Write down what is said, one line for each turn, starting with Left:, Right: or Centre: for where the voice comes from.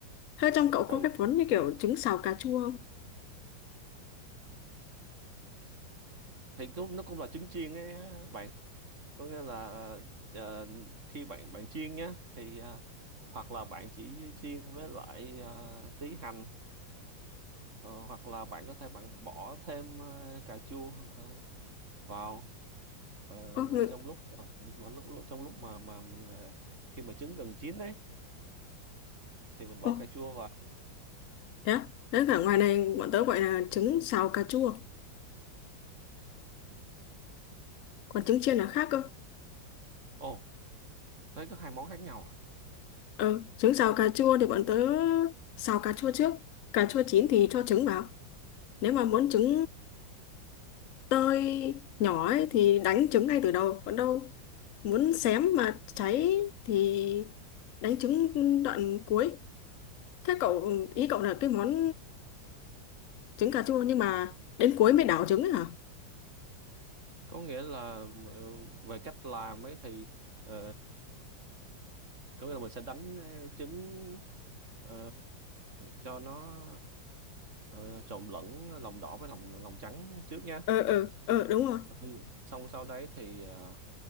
Left: thế trong cậu
Right: ừ
Left: có cái món như kiểu trứng xào cà chua không
Right: thì cũng nó cũng là trứng chiên ấy á bạn có nghĩa là ờ, khi bạn bạn chiên nhá thì ờ, hoặc là bạn chỉ chiên với lại ờ, tí hành ờ, hoặc là bạn có thể bạn bỏ thêm ờ, cà chua ờ, vào ờ,
Left: có, ngự-
Right: trong lúc mà mà lúc, lúc trong lúc mà mà ờ, khi mà trứng gần chín ấy thì mình bỏ
Left: ô
Right: cà chua vào
Left: thế á? thế cả ngoài này bọn tớ gọi là trứng xào cà chua còn trứng chiên là khác cơ
Right: ồ đấy có hai món khác nhau à
Left: ừ trứng xào cà chua thì bọn tớ xào cà chua trước cà chua chín thì cho trứng vào nếu mà muốn trứng tơi nhỏ ấy thì đánh trứng ngay từ đầu còn đâu muốn xém mà cháy thì đánh trứng đoạn cuối thế cậu ý cậu là cái món trứng cà chua nhưng mà đến cuối mới đảo trứng ấy hả
Right: có nghĩa là ờ, về cách làm ấy thì ờ, có nghĩa là mình sẽ đánh ờ, trứng ờ, cho nó ờ, trộn lẫn lòng đỏ với lòng lòng trắng trước nha
Left: ờ ờ ờ đúng rồi
Right: ừ. xong sau đấy thì ờ,